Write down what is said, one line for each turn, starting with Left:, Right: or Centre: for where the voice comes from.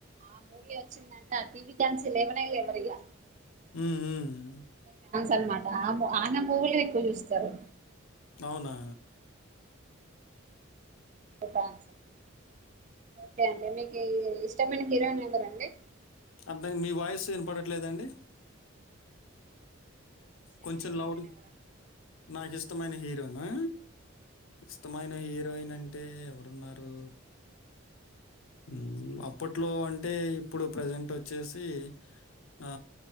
Right: ఆ మూవీ వచ్చిందంటే ఆ టీవీ కానుంచి లేవనే లేవరిగా
Left: ఉమ్ ఉమ్
Right: అనమాట అబ్ ఆన మూవీలే ఎక్కువ చూస్తారు
Left: అవునా?
Right: <unintelligible> ఓకే అండి మీకు ఇష్టమైన హీరోయిన్ ఎవరండి
Left: అంతంగా మీ వాయిస్ ఇంపడట్లేదండి. కొంచెం లౌడ్ నాకు ఇష్టమైన హీరో యిన్ నా ఇష్టమైన హీరోయిన్ అంటే ఎవరున్నారు ఉమ్ అప్పట్లో అంటే ఇప్పుడు ప్రజెంట్ వచ్చేసి ఆ